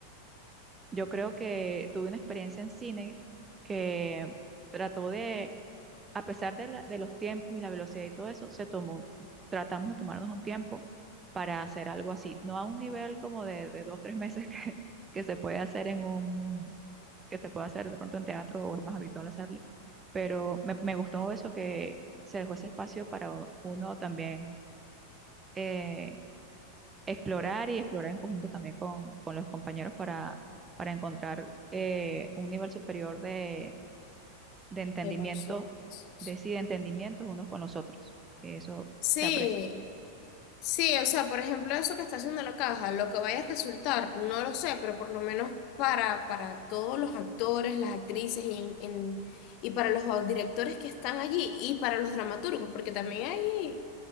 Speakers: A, on the right; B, on the left.
A: yo creo que tuve una experiencia en cine que trató de, a pesar de, la- de los tiempos y la velocidad y todo eso, se tomó, tratamos de tomarnos un tiempo para hacer algo así, no a un nivel como de, de dos, tres meses <laughs> que, que se puede hacer en un, que se puede hacer de pronto en teatro o es más habitual hacerlo, pero me, me gustó eso que se dejó ese espacio para uno también eh, explorar y explorar en conjunto también con, con los compañeros para, para encontrar eh, un nivel superior de, de entendimiento,
B: De conciencia.
A: de sí, de entendimientos unos con los otros. Eso
B: Sí,
A: se aprecia.
B: sí, o sea, por ejemplo, eso que está haciendo la caja, lo que vaya a resultar, no lo sé, pero por lo menos para, para todos los actores, las actrices y, en- en- y para los directores que están allí y para los dramaturgos, porque también hay